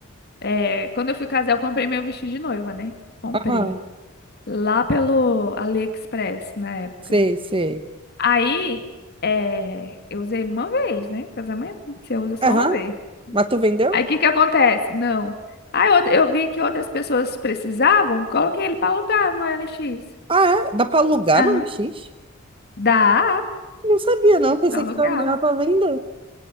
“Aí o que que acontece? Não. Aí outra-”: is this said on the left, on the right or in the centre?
Left